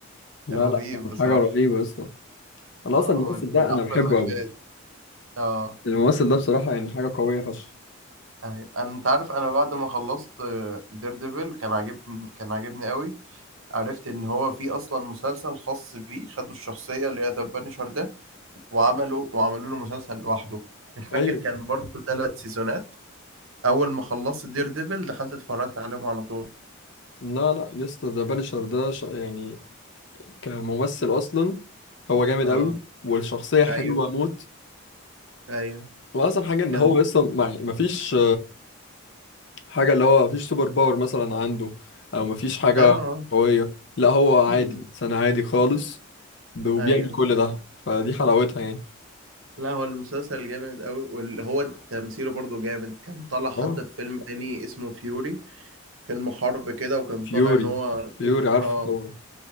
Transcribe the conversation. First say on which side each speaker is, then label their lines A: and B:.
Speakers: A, on the left (about 55°); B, on the right (about 65°).
A: لا
B: رهيب
A: لا كان
B: بصراحة
A: حاجه رهيبه يا اسطى انا
B: اه
A: اصلا الممثل
B: من
A: ده
B: من
A: انا
B: احلى
A: بحبه
B: المشاهد
A: قوي
B: اه
A: الممثل ده بصراحه يعني حاجه قويه فشخ
B: ايوه أنا- انت عارف انا بعد ما خلصت دير ديفل كان عاجبني كان عاجبني قوي عرفت ان هو في اصلا مسلسل خاص بيه خدوا الشخصية اللي هي ذا بانشر ده وعملوا وعملوا له مسلسل لوحده مش فاكر
A: ايوه
B: كان برضه ثلاث سيزونات اول ما خلصت دير ديفل دخلت اتفرجت عليهم على طول
A: لا لا يا اسطى ذا بانشر ده ش... يعني كممثل اصلا هو جامد
B: اه
A: قوي والشخصيه حلوه
B: ايوه
A: موت
B: ايوه
A: واحسن حاجه ان
B: كان
A: هو اصلا ما فيش حاجة اللي هو مفيش سوبر باور مثلا عنده أو مفيش حاجة
B: اه آه.
A: قوية لا هو
B: بال-
A: عادي سنة عادي خالص ب- وبيعمل
B: ايوه
A: كل ده فدي حلاوتها يعني
B: لا هو المسلسل جامد قوي واللي هو تمثيله برضه جامد كان طالع حتى
A: اه
B: في فيلم تاني اسمه فيوري فيلم حرب كده وكان
A: فيوري
B: طالع ان هو
A: فيوري عارفه
B: اه
A: طبعا